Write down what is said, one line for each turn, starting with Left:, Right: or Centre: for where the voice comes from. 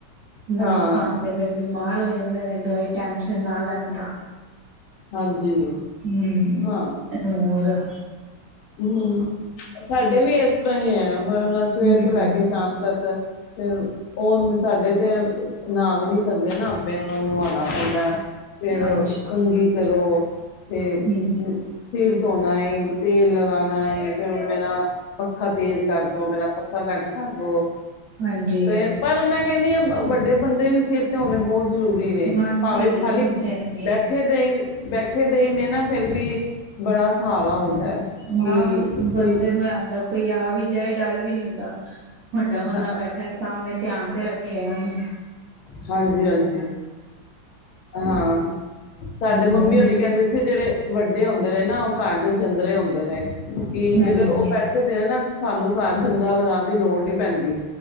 Right: ਨਾ
Left: ਹਾਂ
Right: ਖਾਣ ਤੇ ਬ ਬਮਾਰ ਔ ਈ ਐ ਨਈ ਲੇਂਦੇ ਤੇ ਟਾਈਮ ਸਿਰ ਨਾ ਲੈਣ ਤਾ
Left: ਹਾਂਜੀ
Right: ਹੂੰ,
Left: ਹਾਂ
Right: ਧਨਵਾ ਰ
Left: ਨੀ, ਸਾਡੇ ਵੀ ਇਸ ਤਰ੍ਹਾਂ ਈ ਐ। ਨਾ ਸਵੇਰ
Right: ਹੂੰ,
Left: ਤੋਂ ਲੈ ਕੇ ਸ਼ਾਮ ਤੱਕ ਫਿਰ ਉਨ ਸਾਡੇ ਤੇ ਨਾਮ ਵੀ ਨੀ ਸਕਦੇ ਨਾ ਆਪੇ ਔ ਔਨਾ ਨੂੰ ਨਵਾਣਾ ਪੈਂਦੈ ਫਿਰ
Right: ਅੱਛਾ।
Left: ਕੰਘੀ ਕਰੋ ਤੇ ਅੰ
Right: ਹੂੰ,
Left: ਸਿਰ ਧੋਣਾ ਏ, ਤੇਲ ਲਗਾਨਾ ਏ ਫਿਰ ਮੇਰਾ ਪੱਖਾ ਤੇਜ਼ ਕਰਦੋ, ਮੇਰਾ ਪੱਖਾ ਘੱਟ ਕਰਦੋ
Right: ਹਾਂਜੀ,
Left: ਫੇਰ ਪਰ ਮੈਂ ਕੇਂਨੀ ਆਂ ਅ ਵੱਡੇ ਬੰਦੇ ਵੀ ਸਿਰ ਤੇ ਹੋਣੇ ਬੋਤ ਜਰੂਰੀ ਨੇ
Right: ਹਾਂਜੀ
Left: ਭਾਵੇਂ ਖਾਲੀ
Right: ਉਹ ਤੇ ਹੈ ਈ
Left: ਬੈਠੇ
Right: ਏ।
Left: ਦੇ ਈ, ਬੈਠੇ ਦੇ ਈ ਨੇ ਨਾ ਫੇਰ ਵੀ ਬੜਾ ਸਹਾਰਾ ਹੁੰਦਾ ਹੈ
Right: ਉ ਨਾ
Left: ਕਿ
Right: ਗ ਬੰਦੇ
Left: ਕੋਈ
Right: ਨੂੰ ਐ ਆਂਦੈ। ਕੋਈ ਆ ਵੀ ਜਾਏ ਡਰ ਵੀ ਨਈ ਹੁੰਦਾ ਵੱਡਾ ਬੰਦਾ
Left: ਹਾਂ
Right: ਬੈਠਾ ਏ ਸਾਮਣੇ ਧਿਆਨ ਤੇ ਰੱਖਿਆ ਇਐ ਔਨੇ।
Left: ਹਾਂਜੀ-ਹਾਂਜੀ, ਹਾਂ ਸਾਡੇ
Right: ਹਮ
Left: ਮੰਮੀ ਹੋਰੀ ਕਹਿੰਦੇ ਸੀ ਜਿਹੜੇ ਵੱਡ ਡੇ ਹੁੰਦੇ ਨੇ ਨਾ ਉਹ ਘਾਰ ਦੇ ਜੰਦਰਰੇ ਹੁੰਦੇ ਨੇ ਕਿ
Right: ਹਾਂਜੀ
Left: ਜੇਕਰ ਉਹ ਬੈਠੇ ਦੇ ਐ ਨਾ ਸਾਨੂੰ ਘਰ ਜੰਦਰਾ ਲਗਾਉਣ ਦੀ ਲੋੜ ਨਹੀਂ ਪੈਂਦੀ।